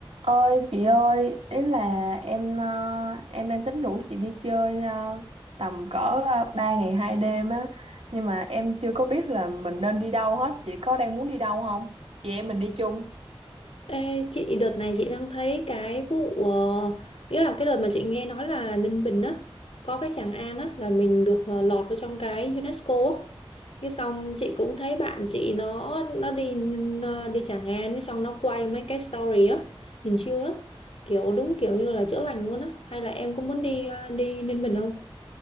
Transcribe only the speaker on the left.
Ê, chị đợt này chị đang thấy cái vụ ờ, nghĩa là cái đợt mà chị nghe nói là Ninh Bình á có cái Tràng An á là mình được ờ, lọt vào trong cái UNESCO á cái xong chị cũng thấy bạn chị nó nó đi ờ, đi Tràng An cái xong nó quay mấy cái story á nhìn chill lắm kiểu đúng kiểu như là chữa lành luôn á hay là em cũng muốn đi ờ, đi Ninh Bình không